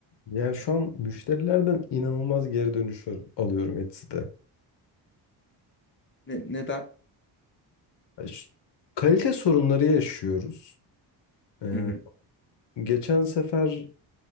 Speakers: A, on the left; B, on the left.
A: Ya şu an müşterilerden inanılmaz geri dönüş al- alıyorum Etsy'de.
B: Ne- neden?
A: Ya şu- Kalite sorunları yaşıyoruz. Ee,
B: Hı hı.
A: geçen sefer